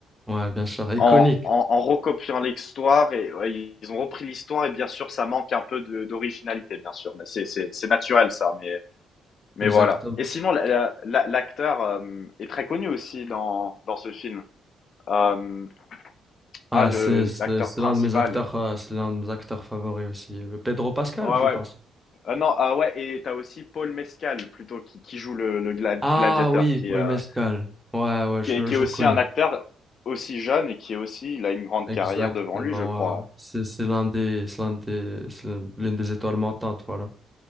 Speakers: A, in the centre; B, on the left (about 55°).
A: Ouais, bien sûr, iconique.
B: En en en recopiant l'histoire et ouais, ils ont repris l'histoire et bien sûr ça manque un peu de d'originalité bien sûr, mais c'est c'est c'est naturel ça, mais mais
A: Exactement.
B: voilà. Et sinon la la la l'acteur, hem, est très connu aussi dans dans ce film. Hem,
A: Ah,
B: ah le
A: c'est, c'est,
B: l'acteur
A: c'est
B: principal.
A: l'un de mes acteurs, euh, c'est l'un de mes acteurs favoris aussi. Le Pedro Pascal,
B: Ouais,
A: je
B: ouais.
A: pense.
B: Ah non, ah ouais et t'as aussi Paul Mescal plutôt qui qui joue le le gla
A: Ah
B: gladiateur
A: oui,
B: qui
A: Paul
B: est, heu,
A: Mescal. Ouais, ouais, je,
B: qui est
A: le-
B: qui
A: je
B: est aussi
A: le connais.
B: un acteur aussi jeune et qui est aussi il a une grande
A: Exactement,
B: carrière devant lui je crois, hein.
A: ouais, ouais. C'est, c'est l'un des, c'est l'un des, c'est l'une des étoiles montantes, voilà.